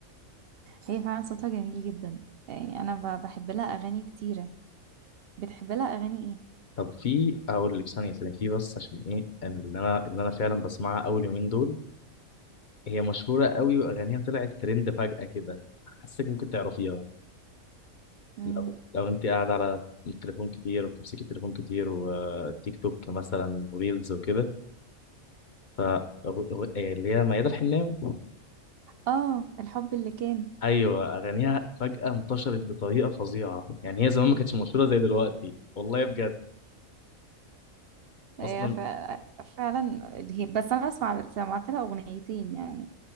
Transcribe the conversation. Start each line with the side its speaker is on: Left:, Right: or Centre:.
Right: هي فعلا صوتها جميل جدا يعني أنا ب- بحب لها أغاني كتيرة بتحب لها أغاني إيه؟
Left: طب في اقول لك ثانيه ثانيه في بس عشان ايه اللي انا اللي انا فعلا بسمعها اول يومين دول هي مشهوره قوي واغانيها طلعت ترند فجاه كده حاسك ممكن تعرفيها
Right: مم.
Left: لو لو انت قاعده على التليفون كتير وبتمسكي التليفون كتير وتيك توك مثلا وريلز وكده ف أغ- أغ- إيه اللي هي ميادة الحناوي
Right: آه الحب اللي كان
Left: ايوه اغانيها فجاه انتشرت بطريقه فظيعه يعني هي زمان ما كانتش مشهوره زي دلوقتي والله بجد اصلا
Right: هي ف- فعلا اللي هي بس انا اسمع سمعت لها اغنيتين يعني